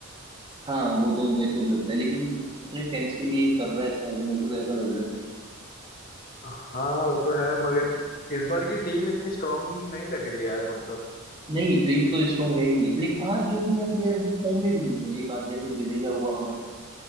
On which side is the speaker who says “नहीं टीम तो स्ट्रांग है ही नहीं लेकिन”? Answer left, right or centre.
Right